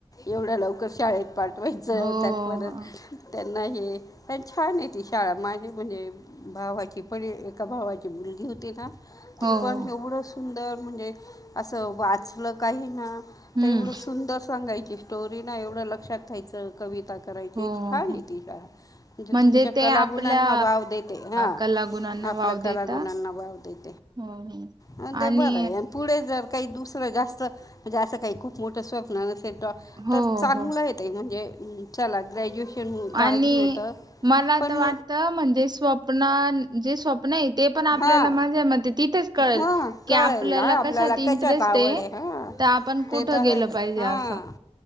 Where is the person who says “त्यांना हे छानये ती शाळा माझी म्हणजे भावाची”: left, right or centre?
Left